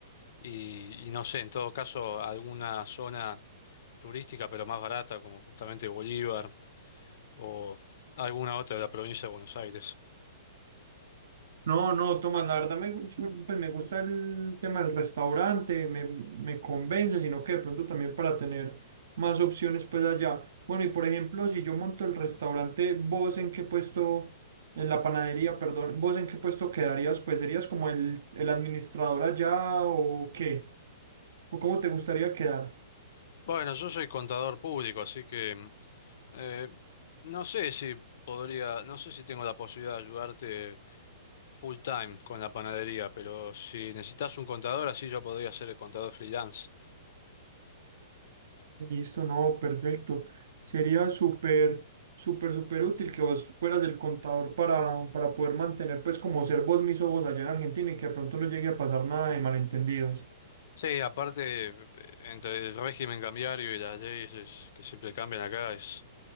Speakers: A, on the left; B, on the right.
A: y, y no sé, en todo caso, alguna zona turística pero más barata, como justamente Bolívar o alguna otra de la provincia de Buenos Aires.
B: No, no, Tomás, la verdad me, gu- sí me- pues me gusta el tema del restaurante, me, me convence, sino que de pronto también para tener más opciones pues allá. Bueno, y por ejemplo, si yo monto el restaurante, ¿vos en qué puesto, en la panadería, perdón, vos en qué puesto quedarías? Pues serías como el, el administrador allá o qué, o cómo te gustaría quedar.
A: Bueno, yo soy contador público, así que eh, no sé si podría, no sé si tengo la posibilidad de ayudarte full time con la panadería, pero si necesitas un contador, así yo podría ser el contador freelance.
B: Listo, no, perfecto. Sería súper, súper, súper útil que vos fueras el contador para, para poder mantener, pues, como ser vos mismo vos allá en Argentina y que de pronto no llegue a pasar nada de malentendidos.
A: Sí, aparte, eh, entre el régimen cambiario y las leyes que siempre cambian acá, es,